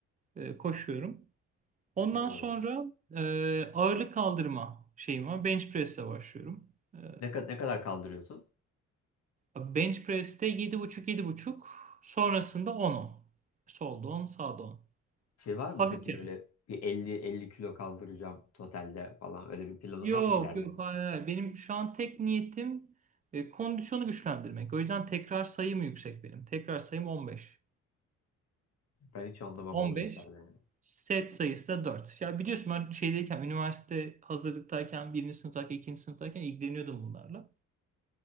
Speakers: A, on the right; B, on the left.
A: e, koşuyorum. Ondan
B: Hmm.
A: sonra e, ağırlık kaldırma şeyim var. Bench press'e başlıyorum. E,
B: Ne, kad- ne kadar kaldırıyorsun?
A: Bench press'te yedi buçuk yedi buçuk sonrasında 10-10. Solda 10, sağda 10.
B: Şey var mı
A: Hafifçe.
B: peki böyle bir 50-50 kilo kaldıracağım totalde falan. Öyle bir planın
A: Yok
B: var mı ileride?
A: yok hayır, hayır. Benim şu an tek niyetim e, kondisyonu güçlendirmek. O yüzden tekrar sayım yüksek benim. Tekrar sayım on beş
B: Ben hiç anlamam
A: on
B: o
A: beş
B: işlerden. yani.
A: Set sayısı da dört Ya biliyorsun ben şeydeyken, üniversite hazırlıktayken, birinci sınıftayken, ikinci sınıftayken ilgileniyordum bunlarla.